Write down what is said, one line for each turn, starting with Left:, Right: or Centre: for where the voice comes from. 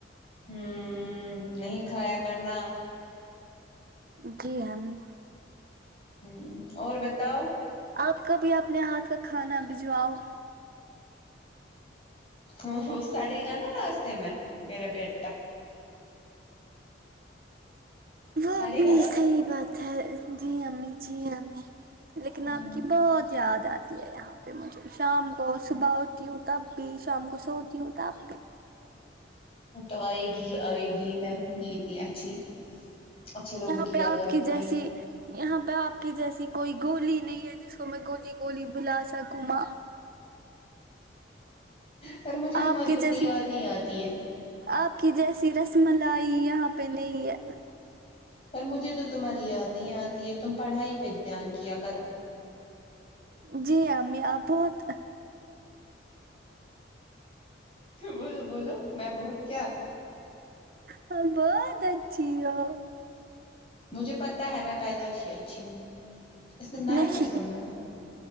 Left: ہمم نہیں کھایا کرنا
Right: جی ہاں امی
Left: ہمم اور بتاؤ
Right: آپ کبھی اپنے ہاتھ کا کھانا بھجواؤ
Left: ہ وہ سڑے گا نا راستے میں میرا بیٹ
Right: وہ
Left: سڑے
Right: بھی
Left: گا نا
Right: صحیح بات ہے جی امی جی امی لیکن
Left: ہاں
Right: آپ کی بہت یاد آتی ہے یہاں پہ مجھے شام کو صبح ا تی ہوں تب بھی شام کو سوتی ہوں تب بھی
Left: تو آئے گی ہی آئے گی میں ہوں ہی اتنی اچھی اچھے لوگوں
Right: یہاں
Left: کی
Right: پہ
Left: یاد
Right: آپ
Left: آتی
Right: جیسی
Left: ہے
Right: یہاں پہ آپ کی جیسی کوئی گولی نہیں ہے جس کو میں گولی گولی بھلا سکوں ماں
Left: پر مجھے تمہاری
Right: آپ کی
Left: اتنی
Right: جیسی
Left: یاد نہیں آتی ہے
Right: آپ کی جیسی رس ملائی یہاں پہ نہیں ہے
Left: پر مجھے تو تمہاری یاد نہیں آتی ہے تم پڑھائی پہ دھیان کیا کرو
Right: جی امی آپ بہت
Left: بولو بولو میں بہت کیا
Right: ہاں بہت اچھی ہو
Left: مجھے پتہ ہے میں پیدائش ہی اچھی ہوں اس میں نیا
Right: نہیں
Left: کیا سننا ہے